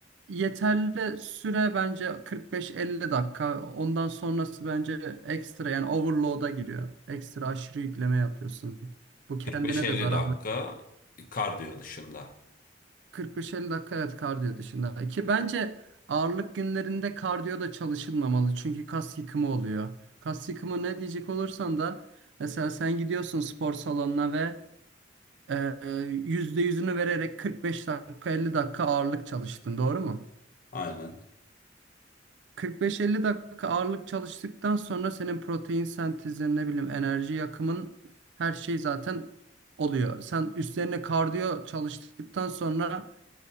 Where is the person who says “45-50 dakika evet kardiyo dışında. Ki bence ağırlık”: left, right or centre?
Right